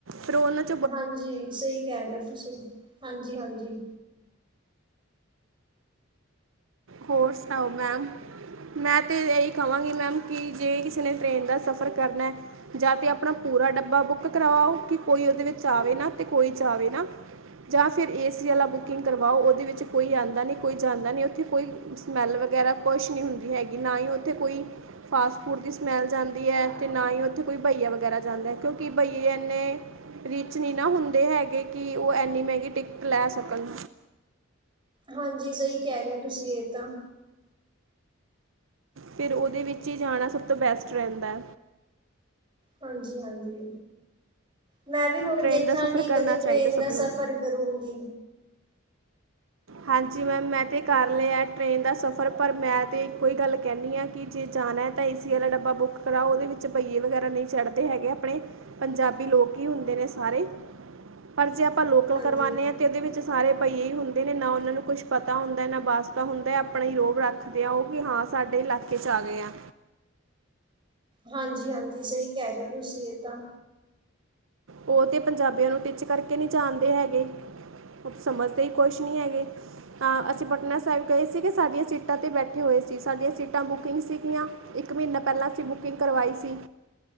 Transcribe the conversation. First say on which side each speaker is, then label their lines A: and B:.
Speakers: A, on the right; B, on the right.
A: ਫੇਰ <unintelligible>
B: ਹਾਂਜੀ ਸਈ ਕੈ ਰੇ ਓ ਤੁਸੀਂ ਹਾਂਜੀ-ਹਾਂਜੀ।
A: ਹੋਰ ਸੁਨਾਓ ਮੈਮ। ਮੈਂ ਤੇ ਐਈ ਕਵਾਂਗੀ ਮੈਮ ਕਿ ਜੇ ਕਿਸੇ ਨੇ ਟ੍ਰੇਨ ਦਾ ਸਫ਼ਰ ਕਰਨੈ ਜਾ ਤੇ ਅਪਨਾ ਪੂਰਾ ਡੱਬਾ ਬੁੱਕ ਕਰਵਾਓ ਕਿ ਕੋਈ ਓਦੇ ਵਿੱਚ ਆਵੇ ਨਾ ਤੇ ਕੋਈ ਜਾਵੇ ਨਾ। ਜਾ ਫਿਰ ਏ ਸੀ ਵਾਲਾ ਬੁਕਿੰਗ ਕਰਵਾਓ ਓਦੇ ਵਿੱਚ ਕੋਈ ਆਂਦਾ ਨੀ, ਕੋਈ ਜਾਂਦਾ ਨੀ ਓਥੇ ਕੋਈ ਸਮੈੱਲ ਵਗੈਰਾ ਕੁਛ ਨੀ ਹੁੰਦੀ ਹੈਗੀ ਨਾ ਈ ਓਥੇ ਕੋਈ ਫਾਸਟ ਫੂਡ ਦੀ ਸਮੈਲ ਜਾਂਦੀ ਐ ਤੇ ਨਾ ਈ ਓਥੇ ਕੋਈ ਭਇਆ ਵਗੈਰਾ ਜਾਂਦਾ ਕਿਉਂਕਿ ਭਈਏ ਏਨੇ ਰਿਚ ਨੀ ਨਾ ਹੁੰਦੇ ਹੈਗੇ ਕਿ ਓ ਐਨੀ ਮੈਂਗੀ ਟਿਕਟ ਲੈ ਸਕਨ।
B: ਹਾਂਜੀ ਸਈ ਕੈ ਰੇ ਓ ਤੁਸੀਂ ਏ ਤਾਂ।
A: ਫਿਰ ਉਦੇ ਵਿੱਚ ਈ ਜਾਣਾ ਸਭ ਤੋਂ ਬੈਸਟ ਰੈਂਦੈ।
B: ਹਾਂਜੀ-ਹਾਂਜੀ, ਮੈਂ ਵੀ ਹੁਣ
A: ਟ੍ਰੇਨ
B: ਦੇਖਾਂਗੀ
A: ਦਾ ਸਫ਼ਰ ਕਰਨਾ
B: ਕਦੇ ਟ੍ਰੇਨ
A: ਚਾਹੀਦਾ ਸਭ
B: ਦਾ
A: ਨੂੰ
B: ਸਫ਼ਰ ਕਰੂੰਗੀ।
A: ਹਾਂਜੀ ਮੈਮ ਮੈਂ ਤੇ ਕਰ ਲੇਆ ਟ੍ਰੇਨ ਦਾ ਸਫ਼ਰ ਪਰ ਮੈਂ ਤੇ ਇੱਕੋ ਈ ਗੱਲ ਕੈਨੀ ਆਂ ਕਿ ਜੇ ਜਾਨਾ ਐ ਤਾਂ ਏਸੀ ਆਲਾ ਡੱਬਾ ਬੁੱਕ ਕਰਾਓ ਓਦੇ ਵਿੱਚ ਭਈਏ ਵਗੈਰਾ ਨਈ ਚੜ੍ਹਦੇ ਹੈਗੇ ਆਪਣੇ। ਪੰਜਾਬੀ ਲੋਕ ਈ ਹੁੰਦੇ ਨੇ ਸਾਰੇ। ਪਰ ਜੇ ਆਪਾਂ ਲੋਕਲ
B: ਹਾਂਜੀ
A: ਕਰਵਾਨੇ ਆਂ ਤੇ ਓਦੇ ਵਿੱਚ ਸਾਰੇ ਭਈਏ ਈ ਹੁੰਦੇ। ਨੇ ਨਾ ਓਨਾਂ ਨੂੰ ਕੁਛ ਪਤਾ ਹੁੰਦਾ ਨਾ ਵਾਸਤਾ ਹੁੰਦਾ ਆਪਣਾ ਈ ਰੋਗ ਰੱਖਦੇ ਆ ਓ ਕਿ ਹਾਂ ਸਾਡੇ ਇਲਾ ਕੇ 'ਚ ਆ ਗਏ ਆਂ।
B: ਹਾਂਜੀ-ਹਾਂਜੀ ਸਈ ਕੈ ਰੇ ਓ ਤੁਸੀਂ ਏ ਤਾਂ।
A: ਓ ਤੇ ਪੰਜਾਬੀਆਂ ਨੂੰ ਟਿੱਚ ਕਰਕੇ ਨੀ ਜਾਣਦੇ ਹੈਗੇ ਸਮਝਦੇ ਈ ਕੁਛ ਨੀ ਹੈਗੇ। ਆਂ ਅਸੀਂ ਪਟਨਾ ਸਾਹਿਬ ਗਏ ਸੀਗੇ ਸਾਡੀਆਂ ਸੀਟਾਂ 'ਤੇ ਬੈਠੇ ਹੋਏ ਸੀ ਸਾਡੀਆਂ ਸੀਟਾਂ ਬੁਕਿੰਗ ਸੀਗੀਆਂ। ਇੱਕ ਮਿੰਨਾ ਪੈਲਾਂ ਅਸੀਂ ਬੁਕਿੰਗ ਕਰਵਾਈ ਸੀ